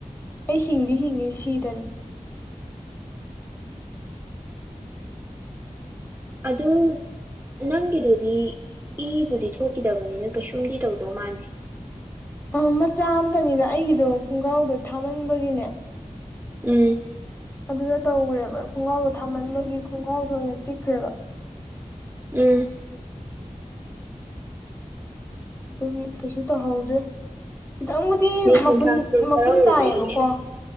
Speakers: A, on the left; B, on the right.
A: ꯑꯩ ꯍꯤꯡꯗꯤ ꯍꯤꯡꯉꯦ ꯁꯤꯗꯔꯦ꯫
B: ꯑꯗꯨ ꯅꯪꯒꯤꯗꯨꯗꯤ ꯏꯕꯨꯗꯤ ꯊꯣꯛꯈꯤꯗꯕꯅꯤꯅ ꯀꯩꯁꯨꯝꯗꯤ ꯇꯧꯗꯧ ꯃꯥꯥꯟꯗꯦ꯫
A: ꯑ ꯃꯆꯥ ꯑꯝꯇꯅꯤꯗ ꯑꯩꯒꯤꯗꯣ ꯈꯣꯡꯒ꯭ꯔꯥꯎꯗꯣ ꯊꯥꯃꯟꯕꯒꯤꯅꯦ
B: ꯎꯝ
A: ꯑꯗꯨꯗ ꯇꯧꯒ꯭ꯔꯦꯕ ꯈꯣꯡꯒ꯭ꯔꯥꯎꯗꯣ ꯊꯥꯃꯟꯕꯒꯤ ꯈꯣꯡꯒ꯭ꯔꯥꯎꯗ ꯑꯣꯏꯅ ꯆꯤꯛꯈ꯭ꯔꯦꯕ꯫
B: ꯎꯝ
A: ꯑꯗꯨꯒꯤ ꯀꯩꯁꯨ ꯇꯧꯍꯧꯗ꯭ꯔꯦ ꯈꯤꯇꯪꯕꯨ ꯗꯤ
B: ꯅꯤꯡꯊꯝꯊꯥꯁꯨ
A: ꯃꯈꯨꯟ
B: ꯈꯔ
A: ꯃꯈꯨꯟ
B: ꯑꯣꯏꯕꯒꯤꯅꯦ
A: ꯇꯥꯏꯌꯦꯕꯀꯣ